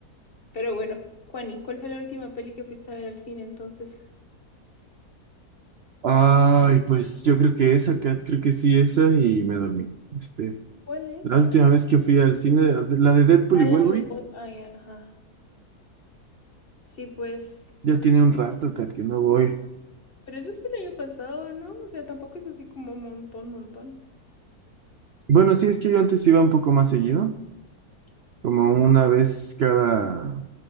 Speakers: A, on the left; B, on the right.
A: Pero bueno, Juani, ¿cuál fue la última peli que fuiste a ver al cine entonces?
B: Ay, pues yo creo que esa, que- creo que sí, esa, y me dormí. Este,
A: ¿Cuál es?
B: la
A: Ah,
B: última vez que fui al cine, la de Deadpool y
A: la
B: Wolverine,
A: de Bob- ah, ya, ajá. Sí, pues.
B: ya tiene un rato, Kat, que no voy.
A: Pero eso fue el año pasado, ¿no? O sea, tampoco es así como montón, montón.
B: Bueno, sí, es que yo antes iba un poco más seguido. Como una vez cada